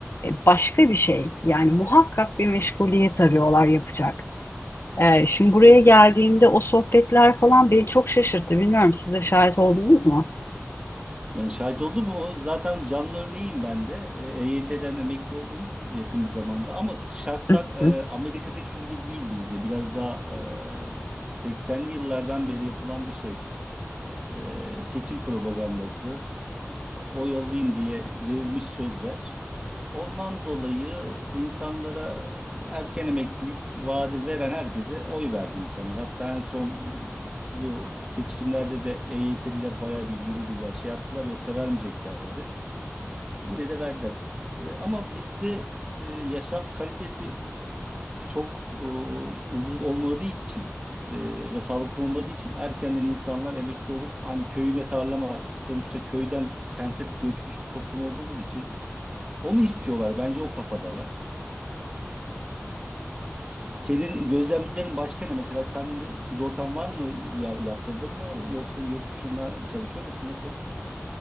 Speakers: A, on the left (about 55°); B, on the right (about 20°).
A: e, başka bir şey yani muhakkak bir meşguliyet arıyorlar yapacak. E, şimdi buraya geldiğimde o sohbetler falan beni çok şaşırttı. Bilmiyorum siz de şahit oldunuz mu?
B: Yani şahit oldum o? Zaten canlı örneğim ben de. E, EYT'den emekli oldum yakın bir zamanda. Ama şartlar
A: <laughs>
B: e, Amerika'daki gibi değil bizde. Biraz daha e, 80'li yıllardan beri yapılan bir şey. E, seçim propagandası. e, oyalayayım diye verilmiş sözler. Ondan dolayı insanlara erken emeklilik vaadi veren herkese oy verdi insanlar. Hatta en son bu seçimlerde de EYT'liler bayağı bir yürüdüler, şey yaptılar yoksa vermeyeceklerdi. Yine de verdiler. S- Ama bizde e, yaşam kalitesi çok e, uzun olmadığı için e, ve sağlıklı olmadığı için erkenden insanlar emekli olup hani köyüme tarlama sonuçta köyden kente göçmüş bir toplum olduğumuz için onu istiyorlar. Bence o kafadalar. E, senin gözlemlerin başka ne? Mesela sen de sigortan var mı? Ya, yaptırdın mı? Yoksa yurt dışında çalışıyor musun? Nasıl?